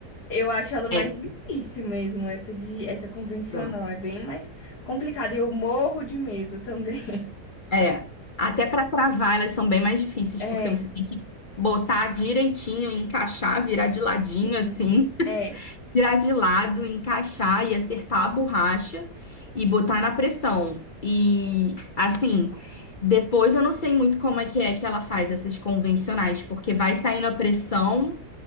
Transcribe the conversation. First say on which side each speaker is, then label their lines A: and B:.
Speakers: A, on the left; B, on the left.
A: Eu acho ela mais
B: Essas
A: difícil mesmo, essa de essa convencional.
B: são.
A: É bem mais complicada. e Eu morro de medo também. <laughs>
B: É. Até para travar, elas são bem mais difíceis,
A: É,
B: porque você tem que botar direitinho, encaixar, virar de ladinho,
A: sim.
B: assim.
A: É.
B: tirar de lado, encaixar e acertar a borracha e botar na pressão. E assim, depois eu não sei muito como é que é que ela faz essas convencionais, porque vai saindo a pressão